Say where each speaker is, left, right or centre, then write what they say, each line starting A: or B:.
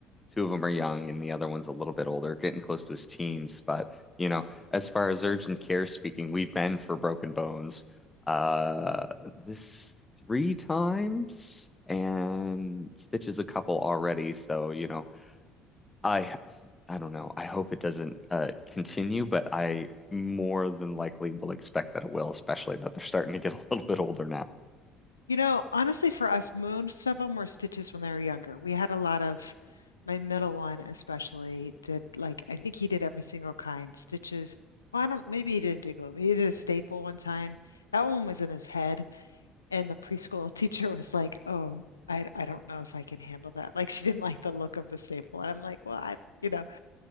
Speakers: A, on the left; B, on the left.
A: two of them are young and the other one's a little bit older, getting close to his teens. But, you know, as far as urgent care speaking, we've been for broken bones uh this three times and stitches a couple already. So, you know, I I don't know. I hope it doesn't uh continue, but I more than likely will expect that it will, especially that they're starting to get a little bit older now.
B: You know, honestly, for us, most of them were stitches when they were younger. We had a lot of, my middle one especially did like, I think he did every single kind stitches. Well, I don't, maybe he didn't do glue, but he did a staple one time. That one was in his head. And the preschool <laughs> teacher was like, oh, I, I don't know if I can handle that. Like, she didn't like the look of the staple. And I'm like, well, I, you know, I don't